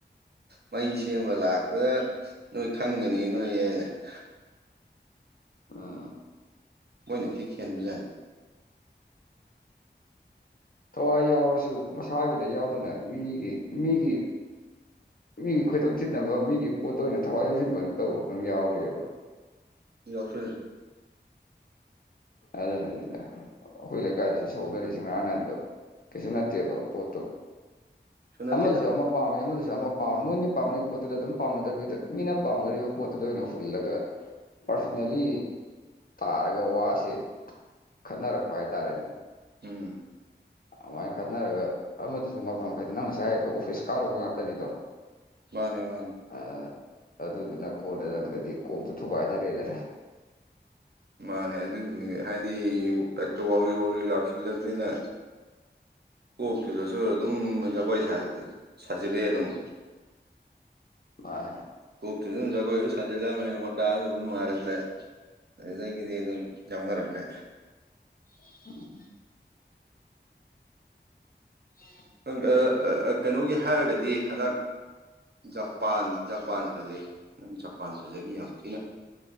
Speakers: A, on the right; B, on the left.
A: ꯃꯩ ꯁꯦꯝꯕ ꯂꯥꯛꯄꯗ ꯅꯣꯏ ꯈꯪꯒꯅꯤ ꯅꯣꯏ <inaudible>
B: ꯎꯝ
A: ꯃꯣꯏꯅ ꯈꯤꯛ ꯍꯦꯟꯕꯖꯥꯟꯅꯤ
B: ꯊꯋꯥꯏ ꯌꯥꯎꯔꯁꯨ ꯃꯁꯥꯒꯤꯗ ꯌꯥꯎꯗꯅ ꯃꯤꯒꯤ ꯃꯤꯒꯤ ꯃꯤꯒꯤ ꯈꯣꯏꯗꯧ ꯊꯤꯠꯅꯕ ꯃꯤꯒꯤ ꯄꯣꯠꯇ ꯑꯣꯏꯅ ꯊꯋꯥꯏ ꯌꯥꯎꯁꯤꯟꯕ ꯑꯣꯏꯅ ꯇꯧꯔꯛꯄ ꯑꯃ ꯌꯥꯎꯔꯤꯑꯦꯕ
A: ꯌꯥꯎꯁꯟꯂꯦ
B: ꯑꯗꯨꯅꯅꯤꯗ ꯑꯩꯈꯣꯏ ꯂꯩꯀꯥꯏꯗꯁꯨ ꯁꯣꯛꯅꯔꯤꯁꯦ ꯉꯔꯥꯡ ꯅꯍꯥꯟꯗꯣ ꯀꯩꯁꯨ ꯅꯠꯇꯦꯕ ꯄꯣꯠꯇꯣ
A: ꯁꯨ ꯅꯠꯇꯦꯗ
B: ꯑꯃꯗꯁꯨ ꯑꯃ ꯄꯥꯝꯃꯦ ꯑꯃꯗꯁꯨ ꯑꯃ ꯄꯥꯝꯃꯦ ꯃꯣꯏꯅ ꯄꯥꯝꯅꯩ ꯄꯣꯠꯇꯨꯗ ꯑꯗꯨꯝ ꯄꯥꯝꯅꯗꯕꯤꯗ ꯃꯤꯅ ꯄꯥꯝꯅꯔꯤꯕ ꯄꯣꯠꯇꯨꯗ ꯑꯣꯏꯅ ꯍꯨꯜꯂꯒ ꯄꯥꯔꯁꯣꯅꯦꯜꯂꯤ ꯇꯥꯔꯒ ꯋꯥꯁꯦ ꯈꯟꯅꯔꯛꯄ ꯍꯥꯏꯇꯥꯔꯦꯅꯦ
A: ꯎꯝ
B: ꯑꯃꯥꯏꯅ ꯈꯠꯅꯔꯒ ꯑꯃꯗꯨꯁꯨ ꯉꯥꯎꯇ꯭ꯔꯡ ꯐꯩꯇꯪ ꯅꯪ ꯉꯁꯥꯏ ꯍꯥꯏ ꯑꯣꯐꯤꯁ ꯀꯥꯔꯨꯕ ꯉꯥꯛꯇꯅꯤꯗꯣ
A: ꯃꯥꯅꯦ ꯃꯥꯅꯦ
B: <unintelligible> ꯑꯗꯨꯗꯨꯅ ꯀꯣꯟꯅꯊꯪꯘꯗꯤ ꯀꯣꯛꯇꯨ ꯊꯨꯒꯥꯏꯅꯔꯦꯗꯅ
A: ꯃꯥꯅꯦ <unintelligible> ꯍꯥꯏꯗꯤ ꯍꯦꯛꯇ ꯋꯥꯎꯔꯤ ꯋꯥꯎꯔꯤ ꯂꯥꯛꯁꯤꯜꯂꯕꯅꯤꯅ ꯀꯣꯛꯇꯨꯗꯁꯨ ꯑꯗꯨꯝ ꯖꯒꯣꯏ ꯁꯥꯖꯤꯜ ꯁꯥꯖꯤꯜꯂꯛꯑꯦ ꯑꯗꯨꯝ
B: ꯃꯥꯅꯦ
A: ꯀꯣꯛꯇꯨꯗ ꯑꯗꯨꯝ ꯖꯒꯣꯏꯁꯨ ꯁꯥꯖꯤꯜꯂꯛꯑꯕ ꯃꯤꯅ ꯃꯣꯗꯥꯗꯨ ꯑꯗꯨꯝ ꯅꯨꯡꯉꯥꯏꯔꯛꯂꯦ ꯑꯗꯨꯗꯒꯤꯗꯤ ꯑꯗꯨꯝ ꯌꯥꯎꯅꯔꯛꯂꯦ
B: <unintelligible> <unintelligible>
A: <unintelligible> ꯀꯩꯅꯣꯒꯤ ꯍꯥꯏꯔꯒꯗꯤ ꯍꯟꯗꯛ ꯖꯄꯥꯟ ꯖꯄꯥꯟ ꯐꯖꯩ ꯑꯪ ꯖꯄꯥꯟ ꯐꯖꯈꯤ ꯌꯥꯝ ꯊꯤꯅ